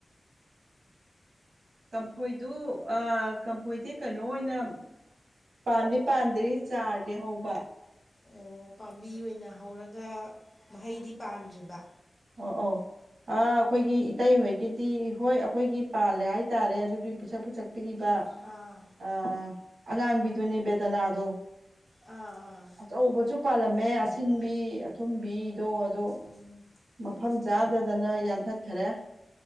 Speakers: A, on the right (about 80°); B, on the left (about 25°).
A: ꯀꯝꯐꯣꯏꯗꯨ ꯀꯝꯐꯣꯏꯗꯤ ꯀꯩꯅꯣ ꯑꯣꯏꯅ ꯄꯥꯟꯗꯤ ꯄꯥꯟꯗ꯭ꯔꯤ ꯆꯥꯔꯗꯤ ꯍꯧꯕ
B: ꯑꯣ ꯄꯥꯝꯕꯤ ꯑꯣꯏꯅ ꯍꯧꯔꯒ ꯃꯍꯩꯗꯤ ꯄꯥꯟꯗ꯭ꯔꯤꯕ
A: ꯑꯣ ꯑꯣ ꯑ ꯑꯈꯣꯏꯒꯤ ꯏꯇꯩꯍꯣꯏꯒꯤꯗꯤ ꯍꯣꯏ ꯑꯈꯣꯏꯒꯤ ꯄꯥꯜꯂꯦ ꯍꯥꯏꯇꯥꯔꯦ ꯑꯗꯨꯗꯤ ꯄꯤꯁꯛ ꯄꯤꯁꯛ ꯄꯤꯕ
B: ꯑꯥ
A: ꯑ ꯑꯉꯥꯡꯕꯤꯗꯨꯅꯦ ꯕꯦꯗꯅꯥꯗꯣ
B: ꯑꯥ ꯑꯥ
A: ꯑꯆꯧꯕꯁꯨ ꯄꯥꯜꯂꯝꯃꯦ ꯁꯤꯟꯕꯤ ꯑꯊꯨꯝꯕꯤꯗꯣ ꯑꯗꯣ
B: <inaudible>
A: ꯃꯐꯝ ꯆꯥꯗꯗꯅ ꯌꯥꯟꯊꯠꯈꯔꯦ